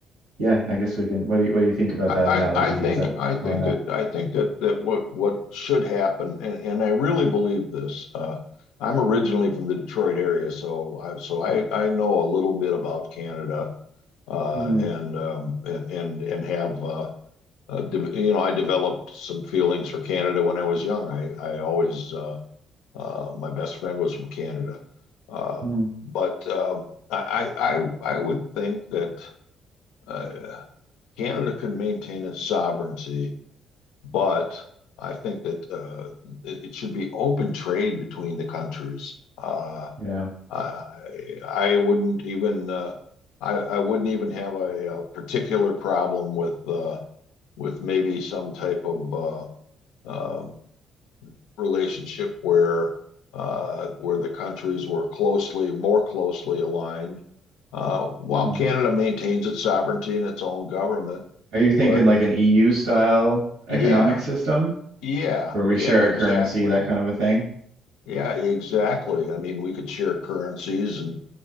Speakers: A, on the right; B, on the left.
A: yeah, I guess we can. What do you, what do you think about
B: I
A: that analogy?
B: I think
A: Does that
B: I think
A: line up?
B: that I think that that what what should happen, and and I really believe this. Uh, I'm originally from the Detroit area, so I so I I know a little bit about Canada uh,
A: Mm-hmm.
B: and um, and and and have Uh, uh, de- you know, I developed some feelings for Canada when I was young. I, I always, uh, uh, my best friend was from Canada. Uh,
A: Mm,
B: but uh, I, I, I I would think that uh, Canada can maintain its sovereignty, but I think that uh, it, it should be open trade between the countries. Uh,
A: yeah.
B: I, I wouldn't even, uh, I, I wouldn't even have a, a particular problem with, uh, with maybe some type of uh, um, relationship where uh, where the countries were closely, more closely aligned, uh, while
A: Mm.
B: Canada maintains its sovereignty and its own government.
A: Are you thinking
B: But
A: like an EU style economic
B: yeah,
A: system
B: yeah,
A: where we
B: yeah,
A: share
B: exactly.
A: a currency, that kind of a thing?
B: Yeah, exactly. I mean, we could share currencies and